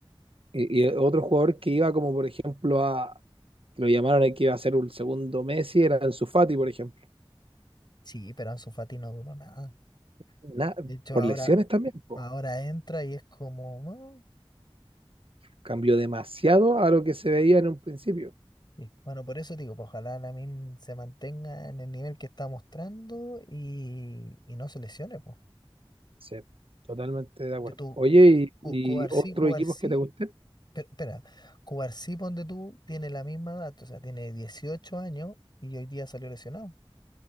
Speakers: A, on the right; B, on the left.
A: Y, y otro jugador que iba como, por ejemplo, a, que lo llamaron y que iba a ser un segundo Messi, era Ansu Fati, por ejemplo.
B: Sí, pero Ansu Fati no duró nada.
A: Na-
B: De hecho,
A: por
B: ahora,
A: lesiones también, po.
B: ahora entra y es como... "Ah,
A: Cambió demasiado a lo que se veía en un principio.
B: Sí, bueno, por eso digo, pues ojalá Lamin se mantenga en el nivel que está mostrando y, y no se lesione, pues.
A: Sí, totalmente de
B: Ponte
A: acuerdo.
B: tú,
A: Oye,
B: Cu-
A: ¿y,
B: Cubarsí,
A: y otros
B: Cubarsí,
A: equipos que te gusten?
B: pe- espera, Cubarsí, ponte tú, tiene la misma edad, o sea, tiene 18 años y hoy día salió lesionado.